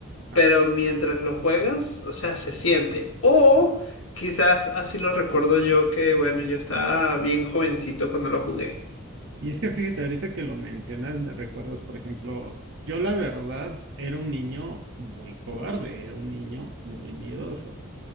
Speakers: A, on the right; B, on the left.
A: ajá.
B: pero mientras lo juegas, o sea, se siente. O quizás así lo recuerdo yo que, bueno, yo estaba bien jovencito cuando lo jugué.
A: Y es que fíjate, ahorita que lo mencionas, me recuerdas, por ejemplo, yo la verdad era un niño muy cobarde, era un niño muy miedoso.